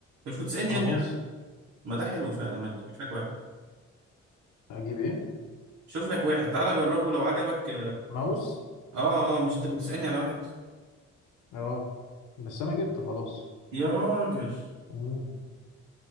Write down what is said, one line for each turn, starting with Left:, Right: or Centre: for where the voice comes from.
Right: أنت مش كنت تسألني
Left: خلاص
Right: يا ابني ما ده حلو فعلا ما تشوف لك واحد
Left: اجيب ايه
Right: شوف لك واحد تعالى جربه لو عجبك
Left: ماوس
Right: آه آه مش أنت كنت تسألني على واحد
Left: اه بس انا جبت خلاص
Right: يا راجل
Left: مم.